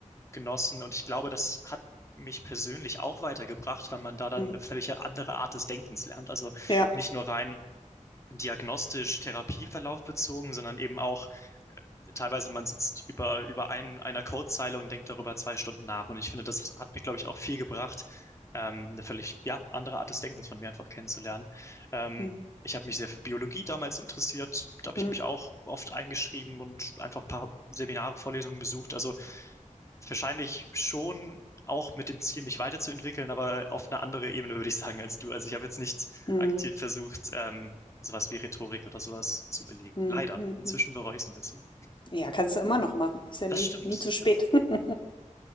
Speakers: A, on the left (about 20°); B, on the left (about 40°).
A: genossen. Und ich glaube, das hat mich persönlich auch weitergebracht, weil man da dann
B: Mhm.
A: eine völlig andere Art des Denkens lernt. Also
B: Ja.
A: nicht nur rein diagnostisch Therapieverlauf bezogen, sondern eben auch teilweise man sitzt über, über einem, einer Codezeile und denkt darüber zwei Stunden nach. Und ich finde, das hat mir, glaube ich, auch viel gebracht, ähm, eine völlig, ja, andere Art des Denkens von mir einfach kennenzulernen. Ähm,
B: Mhm.
A: ich habe mich sehr für Biologie damals interessiert. Da habe
B: Mhm.
A: ich mich auch oft eingeschrieben und einfach ein paar Seminare, Vorlesungen besucht. Also wahrscheinlich schon auch mit dem Ziel, mich weiterzuentwickeln, aber auf eine andere Ebene, würde ich sagen, als du. Also ich habe jetzt nicht
B: Mhm.
A: aktiv versucht, ähm, sowas wie Rhetorik oder sowas zu belegen.
B: Mhm.
A: Leider.
B: Mhm.
A: Inzwischen bereue ich es ein bisschen.
B: Ja, kannst du immer noch machen. Ist ja
A: Das
B: nie,
A: stimmt.
B: nie zu spät.
A: Ja,
B: <laughs>